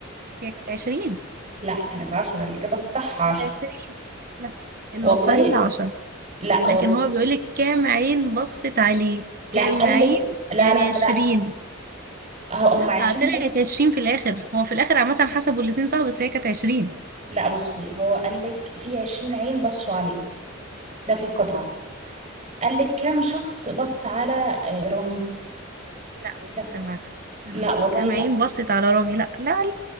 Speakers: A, on the right (about 45°); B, on the right (about 30°).
A: هي كانت عشرين
B: لا كانت 10 الاجابة الصح 10
A: كانت عشرين لا الواقعية
B: والله
A: عشر
B: لا
A: لكن
B: والله
A: هو بيقولك كام عين بصت عليه
B: لا
A: كام
B: قال
A: عين
B: لك لا
A: يعني
B: لا
A: عشرين
B: لا لا هو- هم
A: لا
B: 20
A: طلعت
B: عين
A: عشرين في الآخر هو في الآخر عامة حسبوا الاتنين صح بس هي كانت عشرين
B: لا بصي هو قال لك في 20 عين بصوا عليه ده في القطعة قال لك كم شخص بص على آه، رامي
A: لا
B: لا
A: كان العكس انا
B: لا، والله
A: كام
B: لا
A: عين بصت على رامي لا لا لا